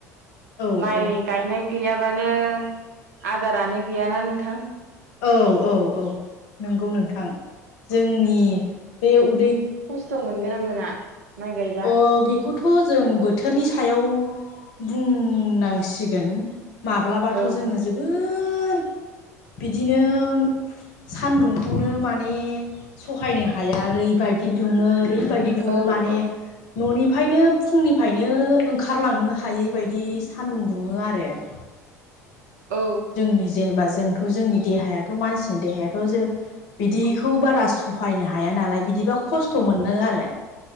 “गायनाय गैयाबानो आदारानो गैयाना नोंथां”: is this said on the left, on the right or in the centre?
Right